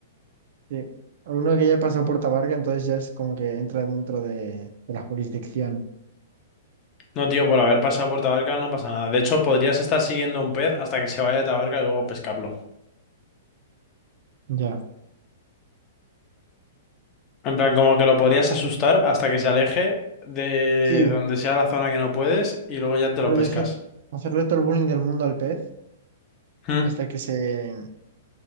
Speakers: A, on the right; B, on the left.
A: Sí. Uno que ya pasó por Tabarca, entonces ya es como que entra dentro de, de la jurisdicción.
B: No, tío, por haber pasado por Tabarca no pasa nada. De hecho, podrías estar siguiendo un pez hasta que se vaya a Tabarca y luego pescarlo.
A: Ya.
B: En plan, como que lo podrías asustar hasta que se aleje de
A: Sí.
B: donde sea la zona que no puedes y luego ya te
A: Rollo
B: lo pescas.
A: hacer, hacerle todo el bullying del mundo al pez
B: Mm,
A: hasta que se,